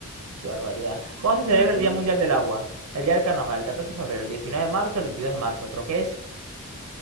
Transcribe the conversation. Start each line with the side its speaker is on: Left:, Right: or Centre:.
Right: Qué barbaridad.
Left: No,
Right: ¿Cuándo se
Left: no
Right: celebra
Left: me acuerdo
Right: el Día
Left: en
Right: Mundial
Left: qué.
Right: del Agua? El día del carnaval, el 14 de febrero, el 19 de marzo, el 22 de marzo. Creo que es